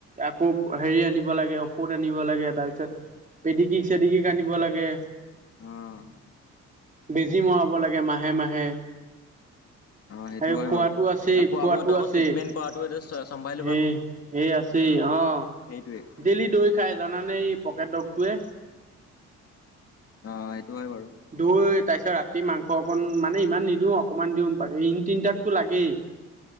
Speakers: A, on the right; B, on the left.
A: আকৌ হেৰি আনিব লাগে, ঔষধ আনিব লাগে। তাৰ পিছত পেডিকি-চেডিকিক আনিব লাগে।
B: অ'।
A: বেজি মৰাব লাগে মাহে-মাহে।
B: অ সেইটো
A: আৰু
B: হয়
A: খোৱাটো
B: বাৰু
A: আছেই,
B: খোৱা
A: খোৱাটো
B: বোৱাটো আকৌ
A: আছেই।
B: ট্ৰিটমেণ্ট কৰাটো
A: সেই
B: এইটো চম্ভালি
A: সেই আছে। তেই অ'।
B: সেইটোৱেই।
A: ডেইলি দৈ খায় জানানে? এই পকেট ডগটোৱে।
B: অ' সেইটো হয় বাৰু!
A: দৈ, তাৰপিছত ৰাতি মাংস অকণ, মানে ইমান নিদিওঁ অকমান দিওঁ। বা ইন তিনিটাকতো লাগেই।